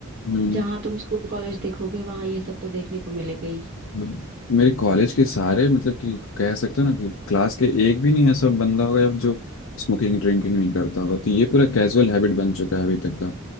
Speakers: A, on the left; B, on the right.
A: हम्म।
B: जहाँ तुम स्कूल कॉलेज देखोगे वहां ये सब तो देखने को मिलेगा ही
A: बिल्कुल। मेरे कॉलेज के सारे मतलब कि कह सकते हो ना कि क्लास के एक भी नहीं ऐसा बंदा होगा जो स्मोकिंग ड्रिंकिंग नहीं करता होगा तो ये पूरा कैजुअल हैबिट बन चुका है अभी तक का